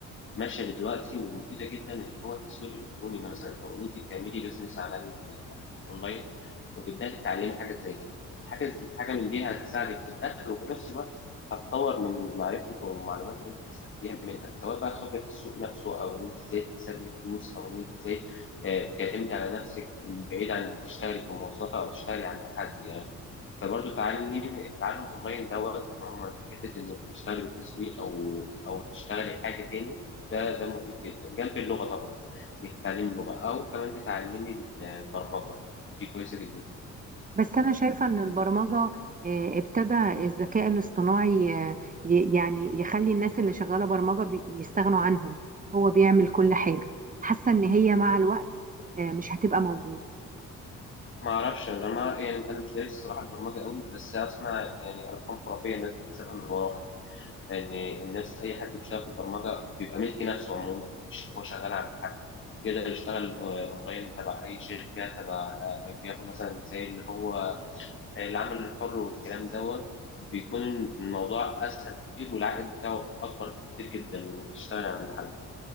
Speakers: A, on the left; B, on the right.
A: ماشيه دلوقتي ومفيده جدا اللي هو التسويق الالكتروني مثلا او ان انت تعملي بيزنس على الاونلاين وتبداي تتعلمي حاجه زي كده حاجه زي- حاجه من دي هتساعدك في الدخل وفي نفس الوقت هتطور من معرفتك والمعلومات اللي انت هتستفيديها منها سواء بقى خبره السوق نفسه او ان انت ازاي تكسبي فلوس او ان انت ازاي آه، بتعتمدي على نفسك بعيد عن انك تشتغلي كموظفه او تشتغلي عند حد يعني فبرضه تعلم التعلم اونلاين دوت عموما في حته انك تشتغلي بالتسويق او او تشتغلي حاجه تاني ده ده مفيد جدا جنب اللغة طبعا انك تتعلمي اللغة او كمان تتعلمي البرمجة دي كويسة جدا
B: بس أنا شايفة إن البرمجة آه، ابتدى الذكاء الاصطناعي آه، ي- يعني يخلي الناس اللي شغالة برمجة بي- بيستغنوا عنهم هو بيعمل كل حاجة حاسة إن هي مع الوقت آه، مش هتبقى موجودة
A: ما اعرفش انا ما يعني انا مش دارس الصراحة البرمجة قوي بس اسمع يعني ارقام خرافية الناس بتكسبها من وراها يعني يعني الناس اي حد بيشتغل في البرمجة بيبقى ملك نفسه عموما مش ان هو شغال عند حد يقدر يشتغل آه، اونلاين تبع اي شركة تبع آه، بياخد مثلا زي اللي هو العمل الحر والكلام دوت بيكون الموضوع اسهل بكتير والعائد بتاعه اكبر بكتير جدا وتشتغل عند حد